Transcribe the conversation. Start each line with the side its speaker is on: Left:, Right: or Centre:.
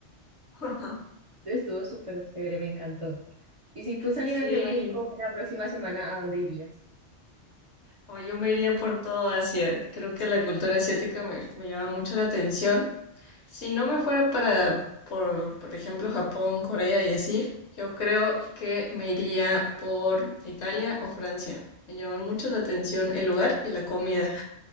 Left: <laughs>
Right: Estuvo súper chévere, me encantó. Y si tú salieras
Left: Sí,
Right: de México la próxima semana, ¿a dónde irías?
Left: o yo me iría por todo Asia. Creo que la cultura asiática me, me llama mucho la atención. Si no me fuera para, por, por ejemplo, Japón, Corea y así, yo creo que me iría por Italia o Francia. Me llaman mucho la atención el lugar y la comida.